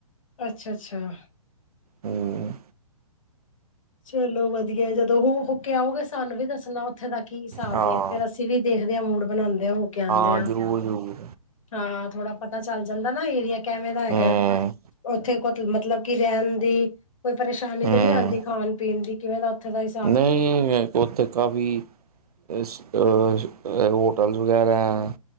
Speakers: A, on the left (about 60°); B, on the right (about 85°).
A: ਅੱਛਾ ਅੱਛਾ।
B: ਹੂੰ।
A: ਚਲੋ ਵਦਿਆ ਜਦੋਂ ਹੋ ਹੋ ਕੇ ਆਓਗੇ ਸਾਨੂੰ ਵੀ ਦੱਸਨਾ ਉੱਥੇ ਦਾ ਕੀ ਹਿਸਾਬ
B: ਹਾਂ
A: ਏ ਫੇਰ ਅਸੀ ਅਸੀਂ ਵੀ ਦੇਖਦੇ ਹਾਂ ਮੂਡ ਬਣਾਉਂਦੇ ਹ ਹੋ ਕੇ ਆਉਂਦੇ
B: ਹਾਂ
A: ਆ
B: ਜ਼ਰੂਰ ਜ਼ਰੂਰ
A: ਹਾਂ ਥੋੜਾ ਪਤਾ ਚੱਲਦਾ ਜਾਂਦਾ ਨਾ ਏਰੀਆ ਕਿਵੇਂ ਦਾ ਹੈਗਾ
B: ਹੂੰ
A: ਉੱਥੇ ਕੁ ਮਤਲਬ ਕਿ ਰਹਿਣ ਦੀ ਕੋਈ ਪਰੇਸ਼ਾਨੀ
B: ਹੂੰ
A: ਤੇ ਨੀ ਆਉਂਦੀ ਖਾਣ ਪੀਣ ਦੀ ਕਿਵੇਂ ਦਾ ਉੱਥੇ ਦਾ ਹੀ
B: ਨਹੀਂ ਉੱਥੇ ਕਾਫੀ ਹੋਟਲਸ ਵਗੈਰਾ ਹੈ